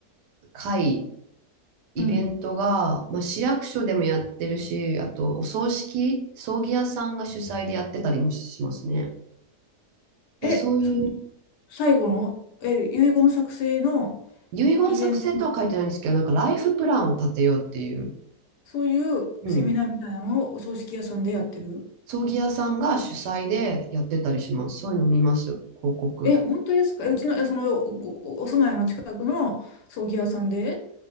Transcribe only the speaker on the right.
会、イベントが、
まあ、市役所でもやってるし、あとお葬式、葬儀屋さんが主催でやってたりもしますね。だか
らそういう
遺言作成とは書いてないんですけど、
なんかライフプランを立てようっていう、
うん、葬儀屋さんが主催でやってたりします。そういうの見ます、広告。